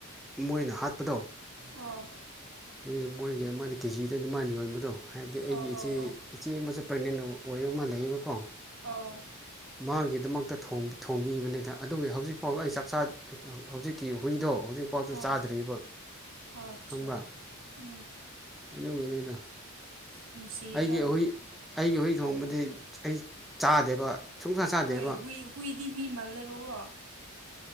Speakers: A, in the centre; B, on the right.
A: ꯃꯣꯏꯅ ꯍꯥꯠꯄꯗꯣ
B: ꯑꯥ
A: ꯑꯩꯈꯣꯏ ꯃꯣꯏꯒꯤ ꯑꯃꯗ ꯀꯦꯖꯤꯗ ꯑꯗꯨꯃꯅ ꯌꯣꯟꯕꯗꯣ ꯍꯥꯏꯕꯗꯤ ꯑꯩꯒꯤ
B: ꯑꯣ
A: ꯏꯆꯦ
B: ꯑꯣ ꯑꯣ
A: ꯏꯆꯦ ꯑꯃꯁꯨ ꯄ꯭ꯔꯦꯒꯅꯦꯟ ꯑꯣꯏ ꯑꯗꯨ ꯑꯃ ꯂꯩꯌꯦꯕꯀꯣ
B: ꯑꯣ
A: ꯃꯥꯒꯤꯗꯃꯛꯇ ꯊꯣꯡꯕꯤꯕꯅꯤꯗ ꯑꯗꯨꯒꯤ ꯍꯧꯖꯤꯛꯐꯥꯎ ꯑꯩ ꯆꯥꯛ ꯆꯥ ꯍꯧꯖꯤꯛꯀꯤ ꯍꯨꯣꯏꯒꯤꯗꯣ ꯍꯧꯖꯤꯛꯐꯥꯎꯗ
B: ꯑꯣ
A: ꯆꯥꯗ꯭ꯔꯤꯕ
B: ꯑꯣ ꯑꯠꯆꯥ
A: ꯈꯪꯕ꯭ꯔꯥ
B: ꯎꯝ
A: ꯑꯗꯨ ꯅ
B: ꯅꯨꯡꯁꯤꯌꯦꯗ
A: ꯑꯩꯒꯤ ꯍꯨꯏ ꯑꯩꯒꯤ ꯍꯨꯏ ꯊꯣꯡꯕꯗꯤ ꯑꯩ ꯆꯥꯗꯦꯕ ꯁꯨꯡꯆꯥ ꯆꯥꯗꯦꯕ
B: ꯍꯣꯏ ꯍꯨꯏ ꯍꯨꯏꯗꯤ ꯃꯤ ꯃꯥꯜꯂꯦꯕꯀꯣ